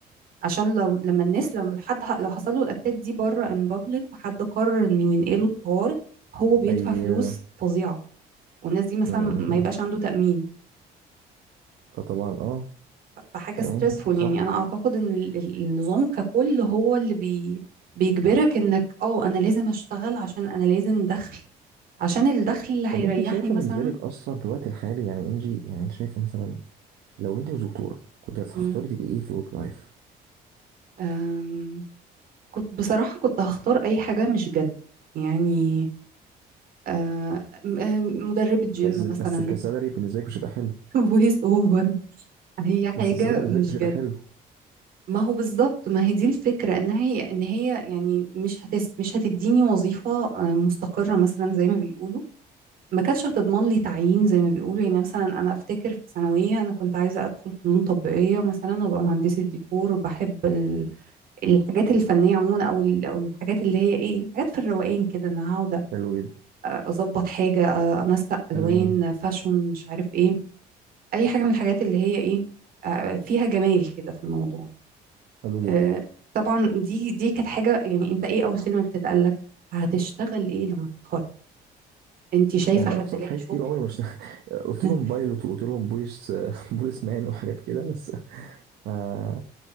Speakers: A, on the right; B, on the right.
A: عشان لو لما الناس لما حد ح- لو حصل له الاتاك دي بره ان بابليك وحد قرر انه ينقله الطوارئ هو بيدفع
B: أي
A: فلوس
B: آه،
A: فظيعه والناس دي مثلا
B: مم، مم،
A: ما
B: مم.
A: يبقاش عنده تامين
B: فطبعا أه
A: ف- فحاجه
B: تمام
A: ستريسفول
B: صح
A: يعني انا اعتقد ان ال- ال- النظام ككل هو اللي بي بيجبرك انك اه انا لازم اشتغل عشان انا لازم دخل عشان الدخل اللي هيريحني
B: طب أنت شايفة
A: مثلا
B: بالنسبة لك أصلا في الوقت الحالي يعني إنجي يعني أنت شايفة مثلا لو انت مش دكتوره كنت هتختاري
A: مم.
B: تبقي ايه في الورك لايف
A: أم، كنت بصراحة كنت هختار أي حاجة مش جد يعني أه، م- أم، مدربة جيم
B: بس بس
A: مثلا
B: كسالري بالنسبه لك مش هيبقى حلو
A: فويس اوفر <laughs> هي
B: بس
A: حاجة
B: السالري بالنسبه
A: مش
B: لك مش
A: جد
B: هيبقى حلو
A: ما هو بالظبط ما هي دي الفكرة ان هي ان هي يعني مش هتس مش هتديني وظيفة أه، مستقرة مثلا زي ما بيقولوا ما كانتش هتضمن لي تعيين زي ما بيقولوا يعني مثلا انا افتكر في ثانوية انا كنت عايزة ادخل فنون تطبيقية مثلا وابقى مهندسة ديكور وبحب الحاجات الفنية عموما أو ال- أو الحاجات اللي هي إيه حاجات في الروقان كده أنا هقعد
B: حلو جدا
A: أظبط حاجة آه، أنسق ألوان
B: تمام
A: فاشون مش عارف إيه أي حاجة من الحاجات اللي هي إيه آه، فيها جمال كده في الموضوع
B: حلو
A: آه،
B: جدا
A: طبعا دي دي كانت حاجة يعني أنت إيه أول كلمة بتتقالك هتشتغل إيه لما تتخرج أنت شايفة
B: والله
A: حد
B: انا اخترت
A: لاقي
B: حاجات
A: شغل
B: كتير عمري ما اشت... <laughs> قلت
A: <laughs>
B: لهم بايلوت وقلت لهم بوليس <laughs> بوليس مان وحاجات كده بس ما...